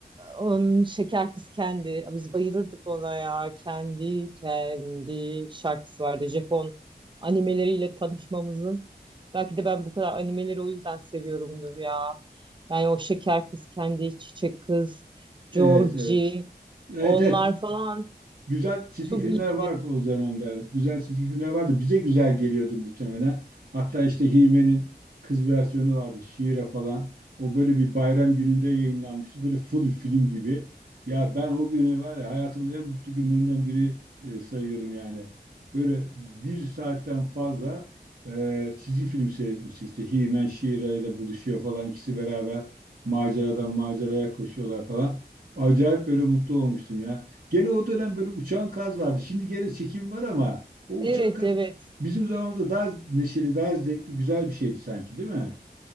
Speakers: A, on the right; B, on the right.
A: um, Şeker Kız Kendi. Biz bayılırdık ona ya. Kendi kendi şarkısı vardı. Japon animeleriyle tanışmamızın. Belki de ben bu kadar animeleri o yüzden seviyorumdur ya. Yani o Şeker Kız Kendi, Çiçek Kız, Georgie.
B: Evet, evet. Evet,
A: Onlar
B: evet.
A: falan
B: Güzel çizgi
A: Çok
B: filmler
A: iyiydi.
B: vardı o dönemde. Güzel çizgi filmler vardı. Bize güzel geliyordu muhtemelen. Hatta işte Hime'nin kız versiyonu vardı. Şiire falan. O böyle bir bayram gününde yayınlanmıştı. Böyle full film gibi. Ya ben o günü var ya hayatımın en mutlu günlerinden biri e, sayıyorum yani. Böyle bir saatten fazla e, çizgi film seyretmiştik. İşte Himen Şiira ile buluşuyor falan. İkisi beraber maceradan maceraya koşuyorlar falan. Acayip böyle mutlu olmuştum ya. Gene o dönem böyle uçan kaz vardı. Şimdi gene çekim var ama o
A: Evet
B: uçan kaz
A: evet.
B: bizim zamanımızda daha neşeli, daha zevkli, güzel bir şeydi sanki değil mi?